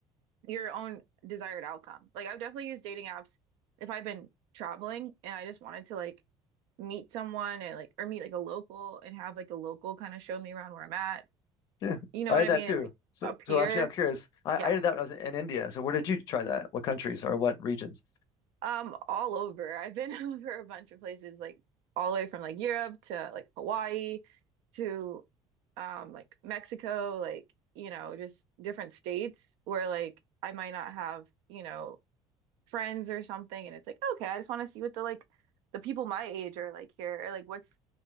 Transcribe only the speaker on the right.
your own desired outcome. Like I've definitely used dating apps if I've been traveling and I just wanted to like meet someone and like or meet like a local and have like a local kind of show me around where I'm at.
You know
what
I mean?
And like
up
here.
Yeah.
Um, all over. I've been <laughs> over a bunch of places, like all the way from like Europe to like Hawaii to um like Mexico, like, you know, just different states where like I might not have, you know, friends or something and it's like okay I just want to see what the like the people my age are like here or like what's